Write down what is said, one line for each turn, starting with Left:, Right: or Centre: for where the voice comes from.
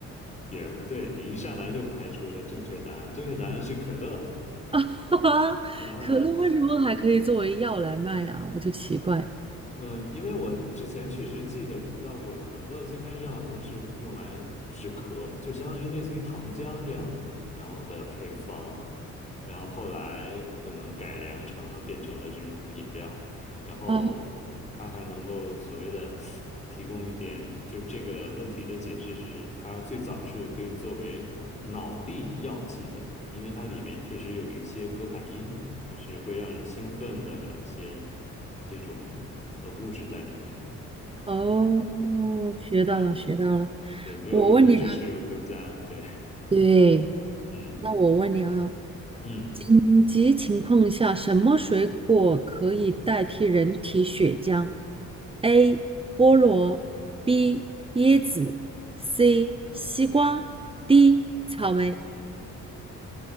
Left: 也不对，你一上来就排除了正确答案，正确答案是可乐。
Right: <laughs> 哈，
Left: 嗯
Right: 可乐为什么还可以作为药来卖啊？
Left: <laughs>
Right: 我就奇怪。
Left: 嗯，因为我之前确实记得读到过，可乐最开始好像是用来止咳，就相当于类似于糖浆这样子，然后的配方，然后后来可能改良成了变成了这种饮料。然后它还能够所谓的
Right: 哦
Left: 提供一点，就是这个问题的解释是，它最早是可以作为脑力药剂的，因为它里面确实有一些可卡因，就是会让人兴奋的一些这种呃物质在里面。
Right: 哦，学到了，
Left: 嗯，
Right: 学到了。
Left: 对，没有用的知识又增加了，
Right: 我问你啊，
Left: 对，
Right: 对，
Left: 嗯
Right: 那我问你啊，
Left: 嗯，
Right: 紧急情况下，什么水果可以代替人体血浆？A. 菠萝，B. 椰子，C. 西瓜，D. 草莓。